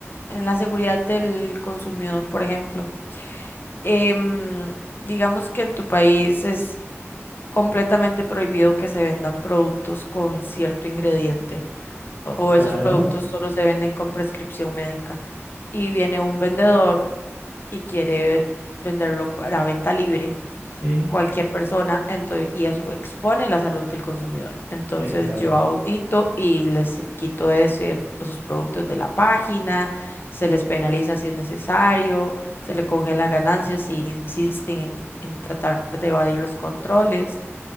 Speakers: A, on the left; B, on the left.
A: en la seguridad del consumidor, por ejemplo. em, digamos que en tu país es completamente prohibido que se vendan productos con cierto ingrediente o
B: Claro,
A: esos productos solo se venden con prescripción médica y viene un vendedor y quiere venderlo a la venta libre
B: sí,
A: cualquier persona entonces y eso expone la salud del consumidor. Entonces
B: exacto.
A: yo audito y les quito ese, esos productos de la página, se les penaliza si es necesario, se les congela ganancias si insisten en, en tratar de evadir los controles.